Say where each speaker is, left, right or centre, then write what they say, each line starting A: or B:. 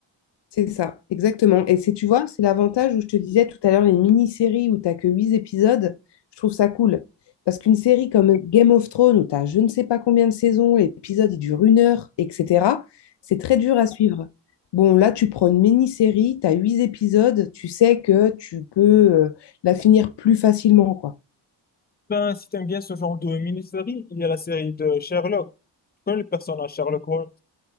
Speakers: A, on the left; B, on the left.
A: C'est ça, exactement. Et c'est, tu vois, c'est l'avantage où je te disais tout à l'heure, les mini-séries où t'as que 8 épisodes, je trouve ça cool. Parce qu'une série comme Game of Thrones, où t'as je ne sais pas combien de saisons, l'épisode il dure une heure, etc., c'est très dur à suivre. Bon, là, tu prends une mini-série, t'as 8 épisodes, tu sais que tu peux euh, la finir plus facilement, quoi.
B: Ben, si t'aimes bien ce genre de mini-série, il y a la série de Sherlock. Tu connais le personnage Sherlock Holmes?